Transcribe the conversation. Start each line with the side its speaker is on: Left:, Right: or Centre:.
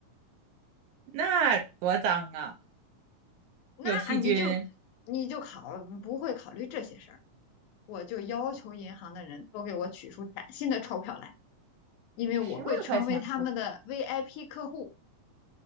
Right: 那多脏啊，
Left: 那你就你就考不会考虑这些事儿，
Right: 有细菌。
Left: 我就要求银行的人都给我取出崭新的钞票来。因为我会成为他们的
Right: 十万块钱不
Left: VIP 客户。